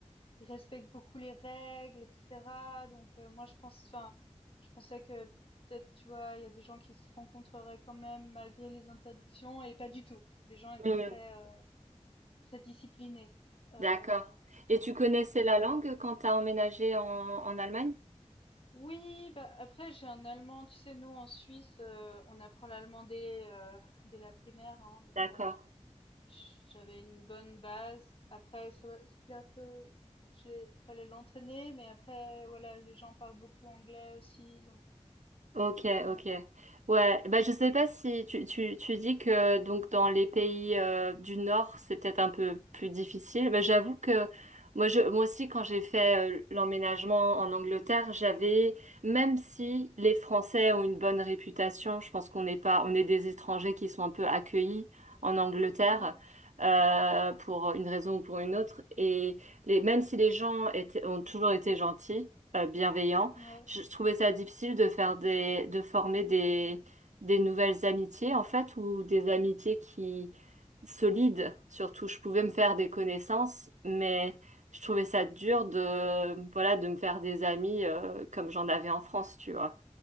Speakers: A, on the left; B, on the right.
A: ils respectent beaucoup les règles etc. Donc euh, moi je pense enfin je pensais que peut-être tu vois il y a des gens qui se rencontreraient quand même malgré les interdictions et pas du tout. Les gens étaient
B: Hmm,
A: très euh, très disciplinés. Euh,
B: D'accord. Et tu connaissais
A: Ouais.
B: la langue quand tu as emménagé en, en Allemagne?
A: Oui, bah après j'ai un allemand, tu sais, nous en Suisse, euh, on apprend l'allemand dès, euh, dès la primaire, hein, donc
B: D'accord.
A: euh, j'avais une bonne base. Après, c'est vrai- c'est clair que je l'ai- fallait l'entraîner, mais après, voilà, les gens parlent beaucoup anglais aussi, donc
B: Ok,
A: ouais,
B: ok. Ouais, bah je sais pas si tu, tu, tu dis que donc dans les pays euh, du Nord, c'est peut-être un peu plus difficile. Mais j'avoue que moi je moi aussi quand j'ai fait euh, l'emménagement en Angleterre, j'avais même si les Français ont une bonne réputation, je pense qu'on n'est pas on est des étrangers qui sont un peu accueillis en Angleterre
A: ouais,
B: euh, pour une raison ou pour une autre et les même si les gens étaient ont toujours été gentils, euh, bienveillants
A: ouais,
B: je je trouvais ça difficile de faire des, de former des, des nouvelles amitiés, en fait, ou des amitiés qui, solides, surtout. Je pouvais me faire des connaissances, mais je trouvais ça dur de, voilà, de me faire des amis, euh, comme j'en avais en France, tu vois.